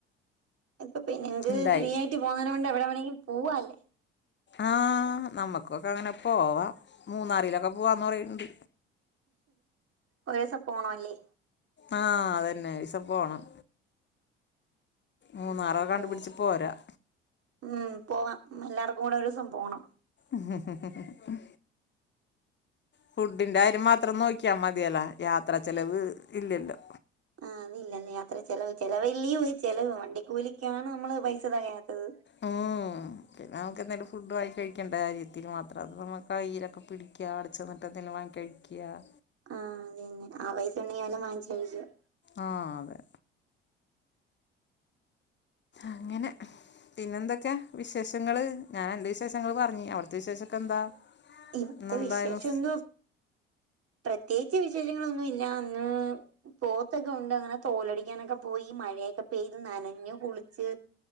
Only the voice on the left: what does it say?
ഉണ്ടായി
ആഹ് നമ്മുക്കൊക്കെ അങ്ങനെ പോവാം മൂന്നാറിയിലൊക്കെ പോവാന്ന് പറയണ്ട്
ആഹ അതന്നെ ഒരിസ പോണം മൂന്നാറൊക്കെ
കണ്ടുപിടിച്ച്
പോരാ
മ്മ്ഹ് മ്മ്ഹ് ഫുഡിന്റെ കാര്യം മാത്രം നോക്കിയാ മതിയല്ല യാത്ര ചെലവ് ഇല്ലല്ലോ
മ്മ് പിന്നെ നമുക്ക് എന്തേലും ഫുഡ് വങ്ങി കഴിക്കണ്ട കാര്യത്തിൽ മാത്രം അത് നമുക്ക് കൈലൊക്ക പിടിക്കുക അവിടെ ചെന്നിട്ട് എന്തെങ്കിലും വാങ്ങി കഴി കാം
ആഹ അതെ അങ്ങനെ പിന്നെ എന്തൊക്കെയാ വിശേഷങ്ങള് ഞാൻ എന്റെ വിശേഷങ്ങള് പറഞ്ഞ അവിടത്തെ വിശേഷൊക്കെ എന്താ
ഇന്നെന്തായിരുന്നു
സ്-